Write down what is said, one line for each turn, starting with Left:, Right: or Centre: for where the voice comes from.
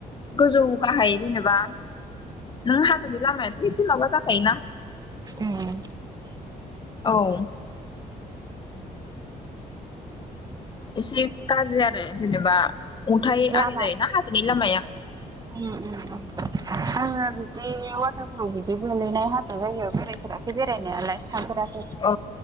Left: गोजौ गाहाय जेनेबा नों हाजोनि लामायाथ' एसे माबा जाखायोना
Right: उम
Left: औ एसे गाज्रि आरो जेनेबा अन्थाय
Right: लामा
Left: आरि जायोना हाजोनि लामाया
Right: उम उम उम आङो बिदि वाटारफ्राव बिदि गोलैनाय हाजो जायगायाव बेरायफेराखै बेरायनायालाय थांफेराखै।
Left: औ